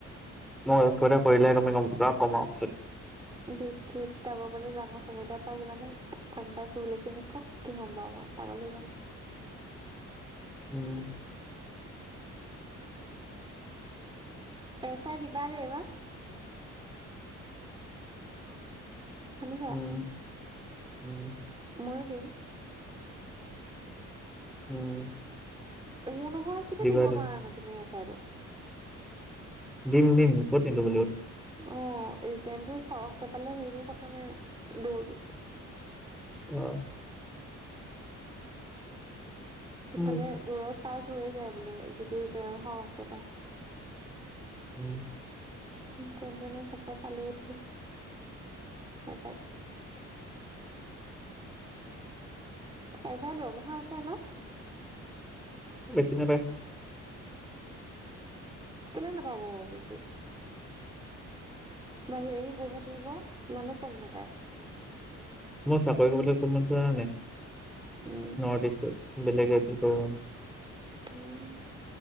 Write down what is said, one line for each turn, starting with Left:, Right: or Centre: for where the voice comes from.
Centre: মইতে কৰিলে তুমি কমা উচিত।
Right: দেখি যাব বোলে ডাঙৰ চাকৰিটাৰ পাই গলে, মই গম পাইছো বোলে কেনেকুৱা সুখী হম পাওঁ মই। অ' পাগাল হৈ যাম।
Centre: উম।
Right: এছা ডিবা দে বা শুনিছা
Centre: উম উম।
Right: মই দিম।
Centre: উম।
Right: অমু নহয় কিন্ত
Centre: দিবা
Right: দিব
Centre: তুমি
Right: নোৱাৰা নো তুমিয়ে চাইটো?
Centre: দিম দিম ক'ত দিমটো।
Right: অ' ৰিটাৰণটো সৰহকৈ পালে সেইটো কথা নাই দৌৰ
Centre: অ'।
Right: সেইফালে
Centre: উম
Right: দূৰত পাছ হৈয়ে যায় বোলে, যদি ৰিটাৰ্ণ সৰহকে পায়
Centre: উম।
Right: উ, যেনেতেনে থাকা পালেও দি চাই হেচাৰ দৰমহা আছে ন'?
Centre: বেছি নেদেই।
Right: কেলে নাপাব বেছি? বাঢ়ি বাঢ়ি গৈ থাকিব, মানুহ গম নাপায়।
Centre: মই চাকৰি কৰিবলৈ অকনমান পোৰা নাই
Right: উম
Centre: নৰ্থ ইষ্টত। বেলেগ <unintelligible>
Right: উম।